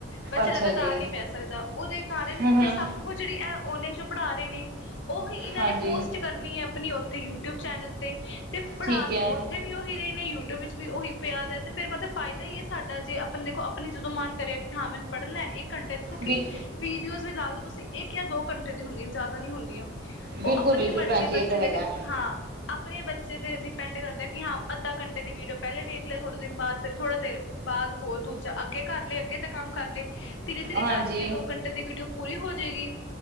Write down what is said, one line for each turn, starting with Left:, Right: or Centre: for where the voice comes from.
Left: ਵੈਸੇ
Right: ਅੱਛਾ
Left: ਲੱਗਾਤ ਤਾਂ
Right: ਜੀ
Left: ਨਹੀਂ ਬਹਿ ਸਕਦਾ ।ਉਦੇ ਕਾਰਨ
Right: ਹੂੰ ਹੂੰ
Left: ਤੇ ਸਭ ਉਹ ਜੇੜੀ ਇਹ ਔਨਲਾਨ ਜੋ ਪੜ੍ਹਾ ਰਹੇ ਨੇ ਉਹੀ ਇਹਨਾਂ
Right: ਹਾਂਜੀ
Left: ਨੇ ਪੋਸਟ ਕਰਨੀ ਐ ਆਪਣੀ ਉੱਥੇ ਯੂਟਿਊਬ ਚੈਨਲ ਤੇ। ਤੇ ਪੜ੍ਹਾ
Right: ਠੀਕ ਹੈ
Left: ਤੇ ਉੱਥੇ ਵੀ ਉਹੀ ਰਹੇ ਨੇ ਯੂਟਿਊਬ ਵਿੱਚ ਵੀ ਉਹੀ ਪਿਆ ਦਾ ਤੇ ਫਿਰ ਮਤਲਬ ਫਾਇਦਾ ਈ ਐ ਸਾਡਾ ਜੇ ਅਪਣਾ ਦੇਖੋ ਆਪਣੀ ਜਦੋਂ ਮਨ ਕਰੇ ਕਿ ਹਾਂ ਮੈਨੂੰ ਪੜ੍ਹਨਾ ਇੱਕ ਘੰਟੇ ਦੀ ਕਿਉਂਕਿ
Right: ਬਿਲ
Left: ਵੀਡੀਓਜ਼ ਵੀ ਲਾ ਲਓ ਤੁਸੀਂ ਇੱਕ ਜਾਂ ਦੋ ਘੰਟੇ ਦੀ ਹੁੰਦੀਆਂ ਜ਼ਿਆਦਾ ਨਹੀਂ ਹੁੰਦੀਆਂ।
Right: ਬਿਲਕੁਲ
Left: ਉਹ ਆਪਣੀ
Right: ਬਿਲਕੁਲ
Left: ਮਰਜ਼ੀ
Right: ਭੈਣ ਜੀ
Left: ਬੱਚੇ
Right: ਇਹ ਤਾਂ ਹੈਗਾ
Left: ਤੇ ਡੀ ਹਾਂ ਆਪਣੇ ਬੱਚੇ ਤੇ ਡਿਪੈਂਡ ਕਰਦੇ, ਕਿ ਹਾਂ ਅੱਧਾ ਘੰਟੇ ਦੀ ਵੀਡੀਓ ਪਹਿਲੇ ਵੇਖ ਲੇ। ਥੋੜੇ ਦਿਨ ਬਾਅਦ ਫਿਰ ਥੋੜ੍ਹਾ ਦੇਰੂ ਬਾਅਦ ਹੋਰ ਦੂਜਾ ਅੱਗੇ ਕਰ ਲਏ ਅੱਗੇ ਦੇ ਕੰਮ ਕਰ ਲਏ। ਧੀਰੇ ਧੀਰੇ
Right: ਹਾਂਜੀ
Left: ਕਰਕੇ ਦੋ ਘੰਟੇ ਦੀ ਵੀਡੀਓ ਪੂਰੀ ਹੋਜੇਗੀ।